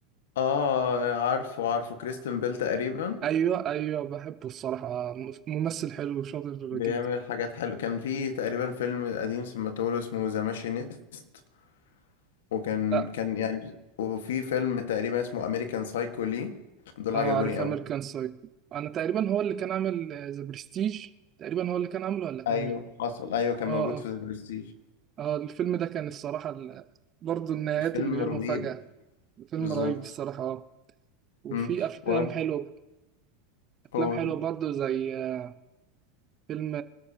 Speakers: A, on the left; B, on the right.
A: اه عارفه عارفه كريستن بيل تقريبا
B: ايوه ايوه بحبه الصراحه م- ممثل حلو وشاطر
A: بيعمل
B: جدا
A: حاجات حلوة كان في تقريبا فيلم قديم سمعته اسمه ذا ماشينيست وكان
B: لا
A: كان يعني وفي فيلم تقريبا اسمه امريكان سايكو لي دول
B: اه
A: عجبوني
B: عارف
A: قوي
B: امريكان سايكو انا تقريبا هو اللي كان عامل ذا برستيج تقريبا هو اللي كان عامله ولا كان
A: ايوه
B: مين
A: حصل ايوه كان
B: اه
A: موجود
B: اه
A: في ذا برستيج
B: اه الفيلم ده كان الصراحه ال- برضه النهايات
A: فيلم
B: الغير
A: رهيب
B: مفاجاه فيلم
A: بالظبط
B: رهيب الصراحه اه وفي
A: امم
B: افلام
A: و
B: حلوه افلام
A: أقول-
B: حلوه برضه زي آه، فيلم